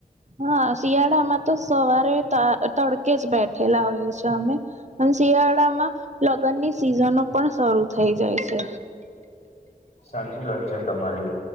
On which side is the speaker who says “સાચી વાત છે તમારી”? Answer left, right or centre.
Left